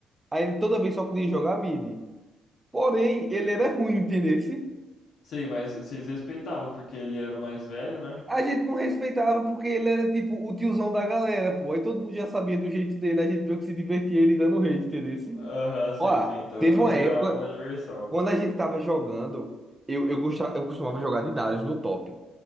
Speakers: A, on the right (about 20°); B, on the left (about 70°).
A: Aí ele toda vez só queria jogar mid. Porém, ele era ruim, entendesse?
B: Sim, mas vocês respeitavam porque ele era o mais velho, né?
A: A gente não respeitava porque ele era, tipo, o tiozão da galera, pô. Aí todo mundo já sabia do jeito dele, a gente meio que se divertia ele dando rage, entendesse?
B: Aham, sim,
A: Ó,
B: sim. Então
A: teve uma
B: virava
A: época,
B: uma diversão.
A: quando a gente tava jogando, eu, eu, gostava, eu costumava jogar de Darius no top.